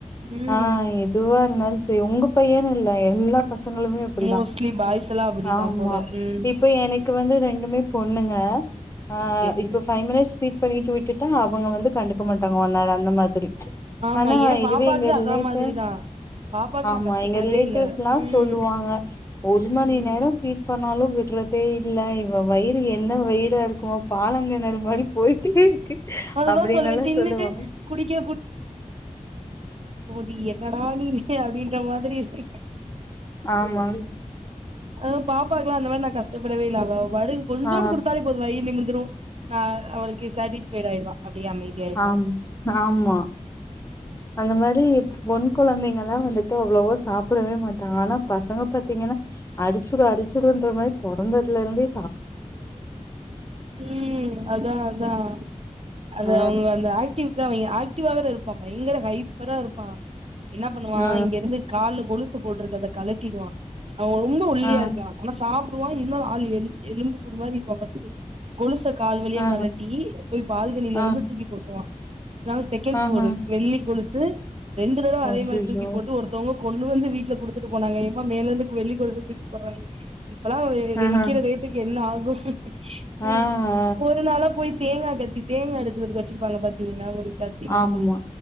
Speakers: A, on the right; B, on the left.
A: ம்
B: அ எதுவா இருந்தாலு செரி உங்க பையன் இல்ல எல்லா பசங்களுமே இப்படிதா
A: மோஸ்ட்லி பாய்ஸ் எல்லா அப்டிதா
B: ஆமா
A: போல ம்
B: இப்ப எனக்கு வந்து ரெ ண்டுமே பொண்ணுங் க அ
A: சேரி
B: இப்ப
A: சேரி
B: ஃபைவ் மினிட்ஸ் ஃபீட் பண்ணிட்டு விட்டுட்டா அவங்க வந்து கண்டுக்க மாட்டாங் ஓநர் அந்த மாத் செரி
A: ஆமா
B: ஆனா
A: ஏ
B: இதுவே
A: பாப்பாக்கு
B: எங்க
A: அதா
B: ரிலேட்டிவ்ஸ்
A: மாதிரிதா பாப்பாக்கு
B: ஆமா
A: நா கஷ்டப்படவே
B: எங்க ரிலேட்டிவ்ஸ்லா
A: இல்ல ம்
B: சொல்லுவாங்க ஒரு மணி
A: ம்
B: நேரம் பீட் பண்ணாலும விட்றதே லைவ் இவ வயிறு என்ன வயிரா இருக்குமோ பாலங்கெணறு மாரி போயிட்டே இருக்கு
A: அததா
B: அப்படினு
A: சொல்லுவே
B: எல்லா
A: தின்னுட்டு
B: சொல்லுவாங்க
A: குடிக்க ப்படி என்னடா நீ அப்படின்ற மாதிரி இரு
B: ஆமா
A: ஆ பாப்பாக்கலா அந்த மாரி நா கஷப்படவே இல்ல அவ பாட்டுக் கொஞ்சோன்டு
B: ஆ
A: குடுத்தாலே போது வயிரு நிமிந்துரும் நா அவளளுக்கு சாட்டிஸ்ஃபைடு ஆயிடுவ அப்படியே அமைதியா ஆயிருவா
B: ஆம் ஆமா அந்த மாரி பொண் கொழந்தைங்கல்லா வந்துட்டு அவ்ளவோ சாப்டவே மாட் ஆனா பசங்க பாத்தீங்கனா அடிச்சுடு அடிச்சுடுன்ற மாரி பொறந்தத்லிருந்தே
A: ம் அதா அதா அது
B: ஆ
A: அவங்க அந்த ஆக்டிவி த அவிங்க ஆக்டிவாவ இருப்பா பயங்கர ஹைப்பரா இருப்பா என்ன பண்ணுவா
B: ஆ
A: இங்க இருந்து காலு கொழுசு போட்டிருக்கத கலட் டிருவா அவ ரொம்ப ஒல்லியா
B: ஆ
A: இருக்கா ஆனா சாப் டுருவா இன்னு ஆள் எலி எலும்பு கூடு மாரி இருப்பா ஃபஸ்ட்டு கொலுச கால்வலியா
B: ஆ
A: கலட்டி போய் பால்கனில
B: ஆ
A: இருந்து தூக்கி போட்ருவா. சிலநாள் செகண்ட்
B: ஆ
A: ஃப்ளோரு
B: ஆ
A: வெள்ளி கொலுசு ரெண்டு தடவ அதே
B: அச்சச்சோ
A: மாரி தூக்கி போட்டு ஒருத்தவுங்கோ கொண்டு வந்து வீட்ல குடுத்துட்டு போனாங்க. ஏமா மேலந்து வெள்ளி கொலுச தூக்கி போறாங்கனு இப்பலா அது
B: ஆஹா
A: விக்கிற ரேட் என்ன ஆகு ம்
B: ஆ ஆ
A: ஒரு நாளா போய் தேங்கா கத்தி தேங்கா எடுக்குறதுக்கு வச்சிருப்பாங்க பாத்தீங்ளா ஒரு கத்தி மாதிரி
B: ஆமா